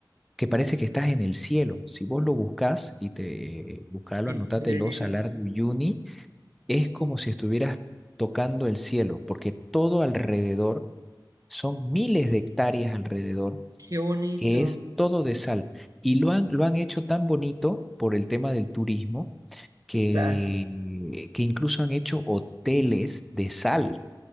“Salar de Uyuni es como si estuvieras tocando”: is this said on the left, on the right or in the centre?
Centre